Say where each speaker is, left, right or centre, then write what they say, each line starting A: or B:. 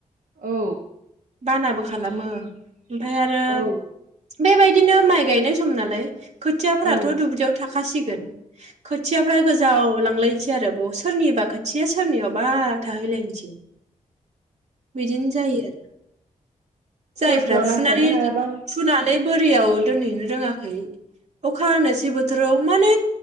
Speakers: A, on the right; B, on the right.
A: औ
B: बानाबो खालामो ओमफाय आरो
A: औ
B: बेबायदिनो माइ गायनाय सम नालाय खोथियाफोराथ'
A: औ
B: दुब्लियाव थाखासिगोन खोथियाफ्रा गोजावलांलायनसै आरो ब सोरनिबा खोथिया सोरनियावबा थाहैलायनो बिदिनो जायो आरो जायफ्रा
A: हरफोराव नांस्लाबनो
B: फुनानै
A: हायाबा
B: फुनानै बोरियाव दोनहैनो रोङा खै अखा हानोसै बोथोराव माने